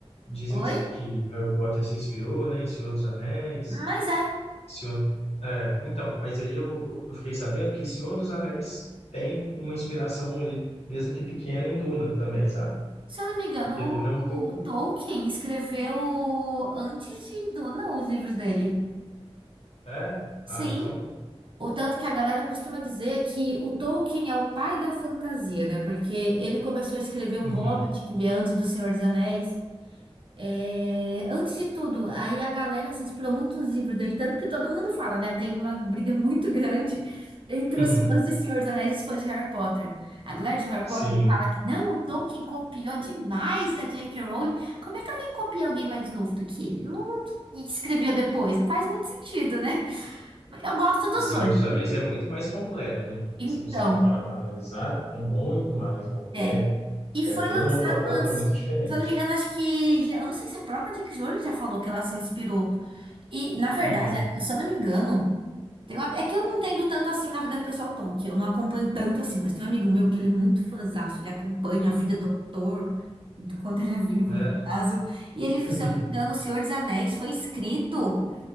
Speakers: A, on the left; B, on the right.
A: Dizem
B: Oi?
A: que, que Harry Potter se inspirou, né, em Senhor dos Anéis.
B: Mas é.
A: Senhor... É, então, mas aí eu, eu fiquei sabendo que Senhor dos Anéis tem uma inspiração ali, mesmo que pequena, em Duna também, sabe?
B: Se eu não me engano,
A: Porque Duna é um
B: o,
A: pouco.
B: o Tolkien escreveu antes de Duna os livros dele.
A: É?
B: Sim.
A: Ah, então.
B: O tanto que a galera costuma dizer que o Tolkien é o pai da fantasia, né? Porque ele começou a escrever O
A: Uhum.
B: Hobbit, que veio antes do Senhor dos Anéis. É, antes de tudo, aí a galera se inspirou muito nos livros dele, tanto que todo mundo fala, né? Tem uma briga <laughs> muito grande entre
A: <laughs>
B: os fãs de Senhor dos Anéis e os fãs de Harry Potter. A galera de Harry
A: Sim.
B: Potter fala que não, o Tolkien copiou demais a J.K. Rowling. Como é que alguém copia alguém mais novo do que ele? Não, não e escreveu depois, não faz muito sentido, né? Mas Eu gosto dos
A: E Senhor
B: dois.
A: dos
B: não
A: Anéis
B: fico com-
A: é muito mais completo. né?
B: Então,
A: Se você for parar para analisar, é muito mais completo.
B: é. E foi
A: É toda
B: lançado
A: uma proposta
B: antes.
A: muito diferente.
B: Se eu não me engano, acho que. já- Eu não sei se a própria J.K. Rowling já falou que ela se inspirou. E, na verdade,
A: Uhum.
B: é, se eu não me engano, tem uma- é que eu não entendo tanto assim na vida pessoal Tolkien, que eu não acompanho tanto assim, mas tem um amigo meu que ele é muito fãzaço, ele acompanha a vida do autor, do quando ele é vivo,
A: É.
B: né, no caso. E ele, se
A: <laughs>
B: eu não me engano, O Senhor dos Anéis foi escrito